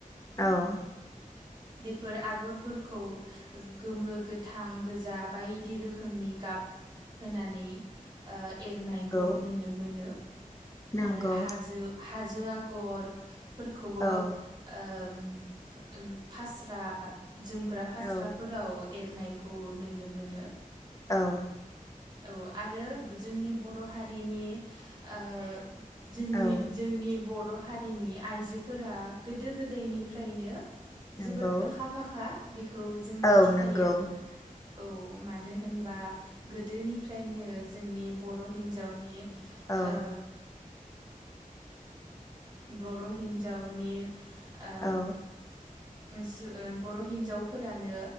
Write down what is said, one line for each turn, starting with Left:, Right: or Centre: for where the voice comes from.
Left: औ।
Right: बेफोर आगरफोरखौ गोमो गोथां गोजा बायदि रोखोमनि गाब होनानै। ओ एरनायखौ
Left: नंगौ
Right: नुनो मोनो।
Left: नंगौ
Right: आरो हाजो। हाजो आगर। फोरखौबो
Left: औ
Right: ओ। ओनिब। फास्रा। जोमग्रा फास्राफोराव
Left: औ
Right: एरनाय। खौ नोनो मोनो।
Left: औ।
Right: औ आरो बोजोंनि बर' हारिनि ओ। जोंनि
Left: औ
Right: जोंनि बर' हारिनि आइजोफोरा गोदो गोदायनिफ्रायनो।
Left: नंगौ
Right: जोबोद आखा फाखा बेखौ जों
Left: औ
Right: मिथिखायो
Left: नंगौ
Right: औ मानो। होनबा गोदोनिफ्रायनो जोंनि बर' हिन्जावनि।
Left: औ
Right: ओ। बर' हिन्जावनि। ओ
Left: औ
Right: <unintelligible> बर' हिन्जावफोरानो।